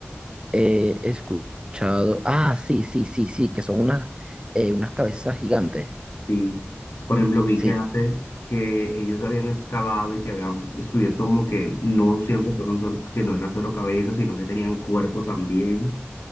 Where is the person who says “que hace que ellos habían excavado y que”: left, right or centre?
Left